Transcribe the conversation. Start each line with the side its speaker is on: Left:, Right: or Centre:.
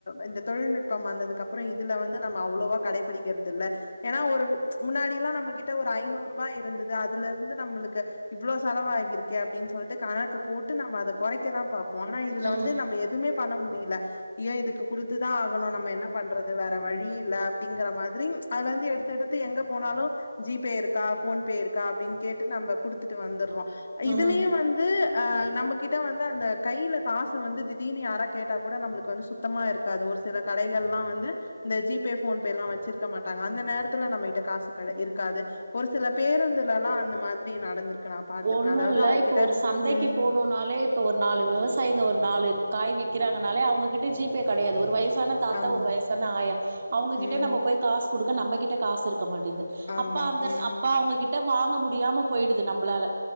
Left: இந்த தொழில்நுட்பம் வந்ததுக்கப்புற இதுல வந்து நம்ம அவ்ளோவா கடைபிடிக்கிறது இல் ல ஏனா ஒரு முன்னாடிலா நம்ம கிட்ட ஒரு ஐநூறுபா இருந்துது அதுலருந்து நம்முளுக்கு இவ்ளோ செலவாகி இருக்கே அப்டினு சொல் கணக்கு போட்டு நம்ம அத கொறைக்கதா பாப்போ ஆனா இதுல
Right: ம்
Left: வந்து நம்ம எதுமே பண்ண முடியில ஏ இதுக்கு குடுத்துதா ஆகணு நம்ம என்ன பண்றது வேற வழி இல்ல அப்டிங்கிற மாதிரி அதுல இருந்து எடுத்து எடுத்து எங்க போனா லு ஜி பே இருக்கா போன் பே இருக்கா அப்டின்னு கேட்டு நம்ம குடுத் துட்டு வந்துர்றோ இதுலயு
Right: ம்
Left: வந்து ஆ நம்மகிட்ட வந்து அந்த கைல காசு வந்து திடீர்னு யாரா கேட்டா கூட நம்மளுக்கு வந்து சுத்தமா இருக்காது ஒரு சில கடைகள்லா வந்து இந்த ஜி பே போன் பேல்லா வச்சிருக்க மாட் அந்த நேரத்துல நம்மகிட்ட காசு கெட இருக்காது ஒரு சில பேருந்துலல்லா அந்த மாதிரி நடந்திருக்கு நா பாத்திருக்கே
Right: ஒண்ணு
Left: அதாவது
Right: இல்ல
Left: அவங்கிட்ட
Right: இப்ப ஒரு சந்தைக்கி
Left: ம்
Right: போனுன்னாலே இப்ப ஒரு நாலு விவசாயிங்க ஒரு நாலு காய் விக் கிறாங்கனாலே அவுங்ககிட்ட ஜி பே கெடையாது ஒரு வயசான தாத்தா
Left: ஆமா
Right: ஒரு வயசான ஆயா அவுங்ககிட்ட
Left: ம்
Right: நம்ம போய் காசு குடுக்க நம்மகிட்ட காசு இருக்க மாட்டேது
Left: ஆமா
Right: அப்ப அந்த
Left: ம்
Right: அப்ப அவுங்ககிட்ட வாங் க முடியாம போயிடுது நம்பளால